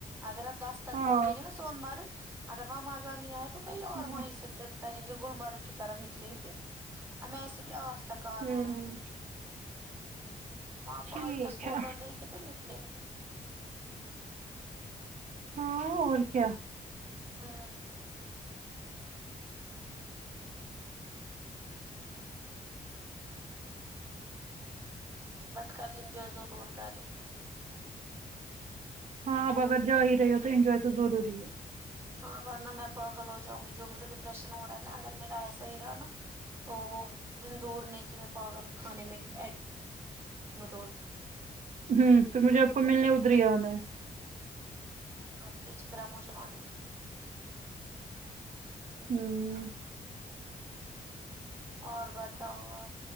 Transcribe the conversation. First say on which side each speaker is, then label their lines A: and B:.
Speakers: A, on the right (about 15°); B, on the right (about 60°).
A: اگر ہم دس تک
B: ہاں
A: پہنچیں گے نا سون مرگ اگر وہاں مزا نہیں آیا تو کوئی اور
B: ہاں،
A: وہیں سے ٹرپ کریں گے گلمرگ کی طرف نکلیں گے ہمیں ایسے بھی آٹھ تک آنا
B: ہوں
A: ہے وہاں پہنچ
B: ٹھیک
A: دس فوٹوس
B: ہے
A: لیں گے تو نکلیں گے
B: ہاں اور کیا
A: ہاں بٹ کل ینجوے ضرور کریں گے
B: ہاں آپ اگر جا ہی رہی تو انینجوائے تو ضروری ہے
A: ہاں ورنہ میں پاگل ہو جاؤں گی جو مجھے ڈپریشن ہو رہا ہے نا اگر میرا ایسا ہی رہا نا تو وہ دن دور نہیں کہ میں پاگل کھانے میں ایڈمٹ ہو
B: ہمم تو مجھے آپ کو ملنے ادری ہی انا ہے
A: اپ پھر مجھے اس طرح وہاں ہی مل لے
B: ہمم
A: اور بتاؤ آپ